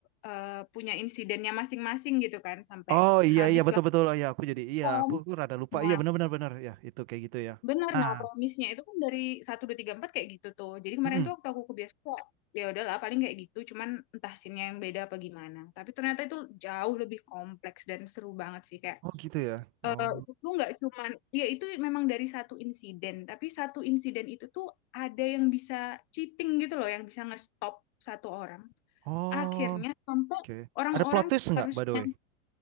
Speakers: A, on the left; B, on the right.
A: eh, punya insidennya masing-masing gitu kan sampai
B: Oh iya
A: habislah
B: iya betul betul oh, ya aku jadi iya
A: film.
B: aku, aku rada lupa
A: Nah,
B: iya benar benar benar ya itu kayak gitu ya.
A: benar.
B: Nah,
A: Nah, premisnya itu kan dari satu 2 3 4 kayak gitu tuh. Jadi kemarin
B: mm-mm.
A: tuh waktu aku ke bioskop, ya udahlah paling kayak gitu. Cuman entah scene yang beda apa gimana. Tapi ternyata itu jauh lebih kompleks dan seru banget sih. Kayak
B: Oh gitu ya.
A: eh
B: Oh
A: itu nggak cuman ya itu memang dari satu insiden tapi satu insiden itu tuh ada yang bisa cheating gitu loh yang bisa ngestop satu orang
B: oh
A: akhirnya sampai
B: oke.
A: orang-orang
B: Ada plot twist nggak
A: harusnya
B: by the way?